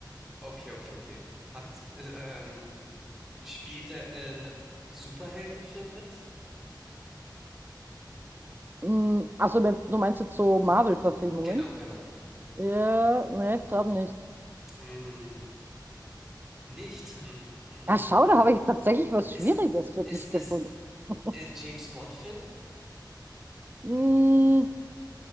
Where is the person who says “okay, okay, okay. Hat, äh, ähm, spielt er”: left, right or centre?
Centre